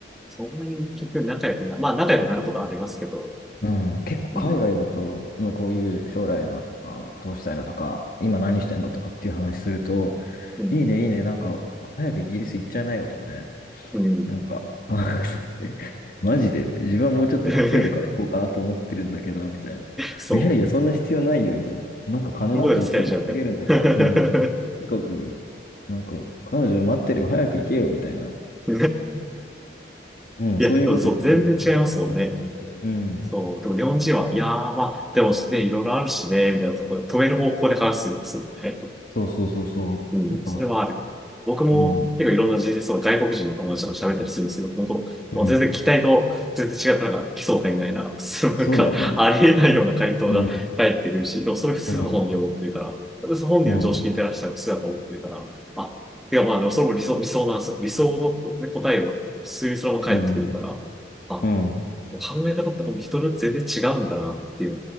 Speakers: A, in the centre; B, on the left.
A: そんなに結局仲良くな、まあ仲良くなることはありますけど、
B: うん。結構海外だと、
A: うん、
B: まあ、こういう将来の、あの、どうしたいのとか、今何してんのとかっていう話すると、
A: うん、
B: いいね、いいね。なんか、早くイギリス行っちゃいなよとかね。
A: うん。
B: なんか、あ <laughs> そうマジでって、自分はもうちょっと稼いでから行こうかなと思ってるんだけど、
A: <laughs>
B: みたいな。
A: そう。
B: いやいや、そんな必要ないよ、みたいな。なんか金なんていつでも稼げるんだから、
A: どこで使えちゃうみたいな
B: うん。とにかく、なんか、彼女待ってるよ、早く行けよ、みたいな。
A: <laughs>
B: うん、
A: いや、
B: そういうこと言ってくる人結構たくさんいて、
A: でもそう、全然違いますもんね。
B: うん。
A: そう、でも日本人は、いやーまあ、でもね、いろいろあるしね、みたいなところで、止める方向で話すんですもんね。
B: そうそうそうそう。
A: うん、
B: やっぱ、
A: それはある。僕も結構いろんな人生そ外国人の友達とか喋ったりするんですけど、
B: うん。
A: 本当、もう全然期待と全然違ったのが奇想天外な、
B: うん。
A: <laughs> そうなんか、
B: そうだよね。
A: ありえないような回答が返ってくるし、
B: ねえ。
A: でもそれ普通の本人を持ってるから、
B: うん。
A: 私本人の常識に照らしたら普通だと思ってるから、
B: うん。
A: あ、いやまあでもそれも理想、理想なんですよ。理想のね答えを普通にそのまま返ってくるから、
B: うん。
A: あ、
B: うん。
A: 考え方ってもう人によって全然違うんだなっていう